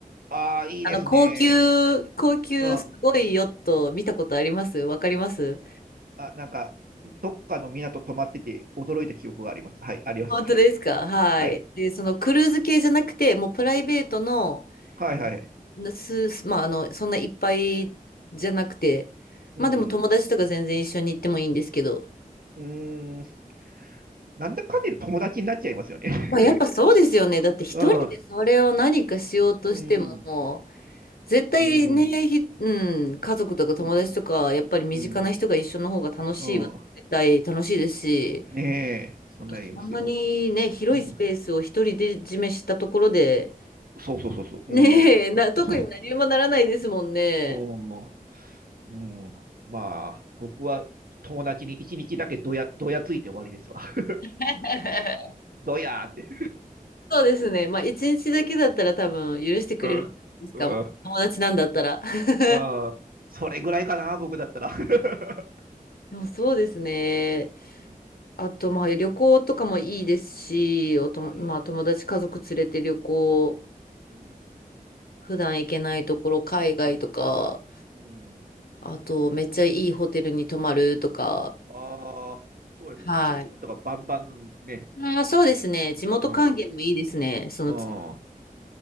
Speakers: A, on the right (about 75°); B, on the left (about 85°).
A: ああ、いいですね。
B: あの、高級、高級すごいヨット見たことありますわかります
A: うん。あ、なんか、どっかの港泊まってて驚いた記憶があります。はい、あります。
B: 本当ですかはい。
A: はい。はい。
B: で、そのクルーズ系じゃなくて、もうプライベートの、
A: はいはい。
B: なす、まあ、あの、そんないっぱいじゃなくて、
A: うん。
B: まあでも友達とか全然一緒に行ってもいいんですけど、
A: うーん。なんだかんだで友達になっちゃいますよね。<laughs>
B: まあやっぱそうですよね。だって一人でそれを何かしようとしても、
A: うん。うん。
B: 絶対ね、
A: うん。
B: ひ、うん、家族とか友達とか、
A: うん。
B: やっぱり身近な人が一緒の方が楽しいは絶対楽しいですし、
A: うん。うんねえ。そんなにいますよ。
B: あとそんなにね、広いスペースを一人で占めしたところで、
A: うん。そうそうそうそう。
B: ねえ、
A: うん。
B: な、<laughs> 特に何もならないですもんね。
A: <laughs> うん。うん。まあ、僕は友達に一日だけどや、どやついて終わりですわ。<laughs>
B: <laughs>
A: どやーって。
B: そうですね。まあ、一日だけだったら多分許してくれるんですか。
A: うん。うん。
B: もう友達なんだったら。<laughs>
A: うん。それぐらいかな、僕だったら。<laughs>
B: でもそうですね。
A: うん
B: あと、まあ、旅行とかもいいですし、おと、
A: はい。
B: まあ、友達家族連れて旅行、
A: うん。
B: 普段行けないところ、海外とか、
A: うん。うん。
B: あと、めっちゃいいホテルに泊まるとか。
A: ああ、そうですね。
B: はい。
A: チップとかバンバンね。
B: あー、そうですね。地元還元もいいですね。
A: うん。う
B: そのつ、
A: ん。う